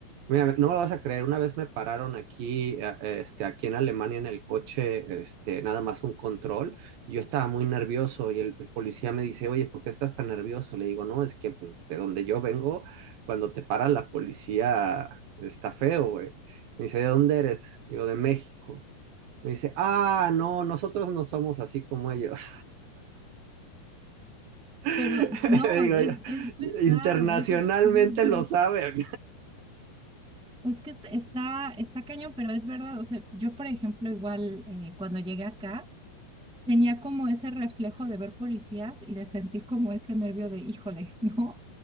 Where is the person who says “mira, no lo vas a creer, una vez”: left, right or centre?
Right